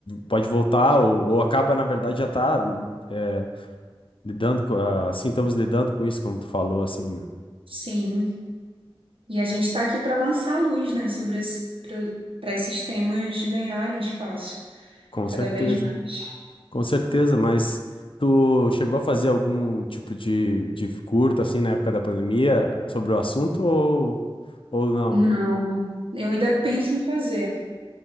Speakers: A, on the left; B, on the right.
A: pode voltar ou, ou acaba, na verdade, já tá é, lidando com, ah, assim, estamos lidando com isso, como tu falou, assim, né?
B: sim. E a gente está aqui para lançar luz, né, sobre para esses temas ganharem espaço
A: Com
B: cada
A: certeza.
B: vez mais.
A: Com certeza, mas tu chegou a fazer algum tipo de, de curta assim na época da pandemia sobre o assunto ou, ou não?
B: Não, eu ainda penso em fazer,